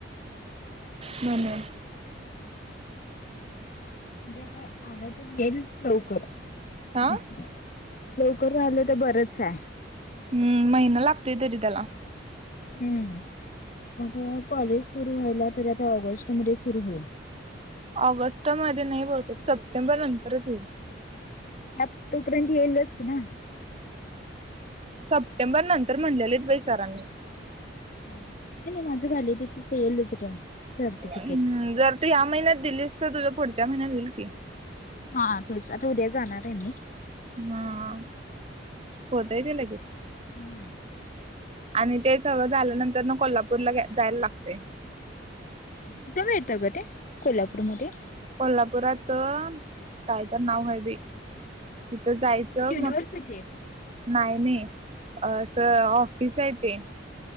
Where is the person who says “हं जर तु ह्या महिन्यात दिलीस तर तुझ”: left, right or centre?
Right